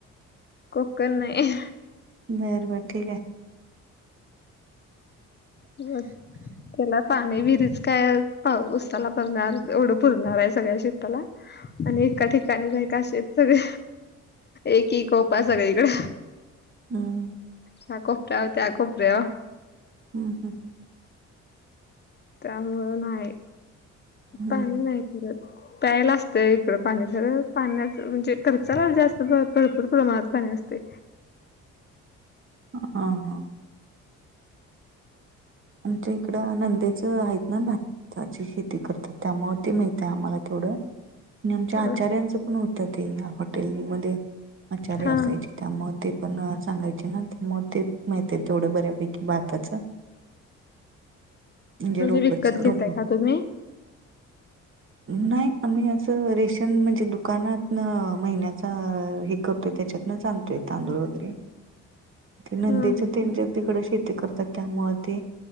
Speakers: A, on the left; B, on the right.
A: कोकण नाही.
B: बरबर ठीक आहे.
A: <unintelligible> त्याला पाणी विरीच काय पा उसाला भरणार एवढं पुरणार आहे सगळ्या शेताला. आणि एका ठिकाणी <unintelligible> असेत सगळे एक एक ओपा सगळीकड.
B: हम्म.
A: ह्या कोपऱ्यावर, त्या कोपऱ्यावर.
B: हम्म हम्म.
A: त्यामुळं नाही
B: हम्म
A: पाणी नाही पुरत. प्यायल असत इकडं पाणी खर पाण्याच म्हणजे खर्चाला जास्त भरपूर प्रमाणात पाणी असतय.
B: हा हा. आमच्या इकडं नंदेचं आहेत ना भात. त्या ची शेती करतात त्यामूळ ते माहित हाय आम्हाला तेवढं. आणि आमच्या
A: हा
B: आचार्यांचं पण होतं ते हॉटेलमध्ये आचार्य
A: हा
B: असायचे. त्यामुळे ते पण सांगायचे ना त्यामूळ ते माहिती आहे तेवढं बऱ्यापैकी भाताचं. म्हणजे रोपच
A: विकत घेताय
B: रोप.
A: का तुम्ही
B: नाही आम्ही अस रेष नाही म्हणजे दुकानातनं महिन्याचा हे करतोय त्याच्यात तिथंनच आणतोय तांदूळ वगैरे नंदेच्या
A: हा
B: तेनच्यात तिकड शेती करतात त्यामुळे ते.